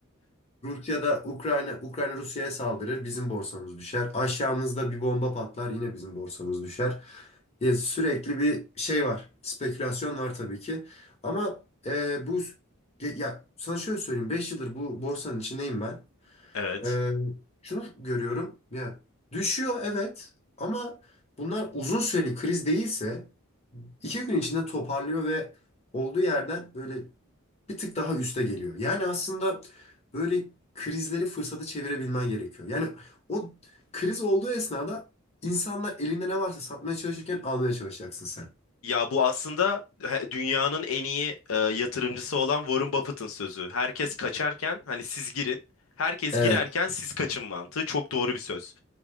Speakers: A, on the left (about 30°); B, on the left (about 70°).
A: Rusya'da Ukrayna Ukrayna Rusya'ya saldırır, bizim borsamız düşer. Aşağımızda bir bomba patlar, yine bizim borsamız düşer. Ya sürekli bir şey var. Spekülasyon var tabii ki. Ama e, bu ge- ya sana şöyle söyleyeyim. beş yıldır bu borsanın içindeyim ben.
B: Evet.
A: E, şunu görüyorum. Ya düşüyor evet ama bunlar uzun süreli kriz değilse iki gün içinde toparlıyor ve olduğu yerden böyle bir tık daha üste geliyor. Yani aslında böyle krizleri fırsata çevirebilmen gerekiyor. Yani o kriz olduğu esnada insanlar elinde ne varsa satmaya çalışırken almaya çalışacaksın sen.
B: Ya bu aslında he- dünyanın en iyi e, yatırımcısı olan Warren Buffett'ın sözü. Herkes kaçarken hani siz girin. Herkes
A: Evet.
B: girerken siz kaçın mantığı çok doğru bir söz.